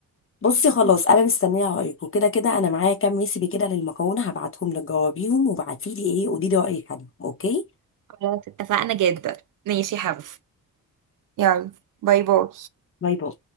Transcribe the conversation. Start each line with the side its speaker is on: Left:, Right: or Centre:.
Left: بصي خلاص انا مستنيه رايك وكده كده انا معايا كام ريسيبي كده للمكرونه هبعتهم لك جاوبيهم وبعتيلي ايه قولي لي رايك عنهم اوكي
Right: خلاص اتفقنا جدا ماشي يا حبيبي يلا باي باي
Left: باي باي